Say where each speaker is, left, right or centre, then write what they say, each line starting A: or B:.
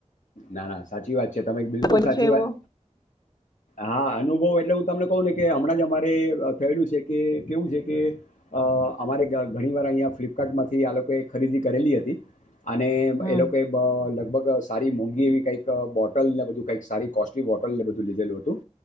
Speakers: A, on the left; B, on the left.
A: ના ના સાચી વાત છે, તમે બિલકુલ
B: કોઈ
A: સાચી
B: છે એવો
A: વાત હા અનુભવ. એટલે હું તમને કહું ને કે હમણાં જ અમારે થયેલું છે, કે કેવું છે, કે અમારે ઘણી વાર અહીંયા ફ્લિપકાર્ટ માંથી આ લોકોએ ખરીદી કરેલી હતી. અને
B: હમ
A: એ લોકો લગભગ સારી મોંઘી. એવી કંઈક બોટલ ને બધું કંઈક સારી કોસ્ટલી બોટલ ને બધું લીધેલું હતું.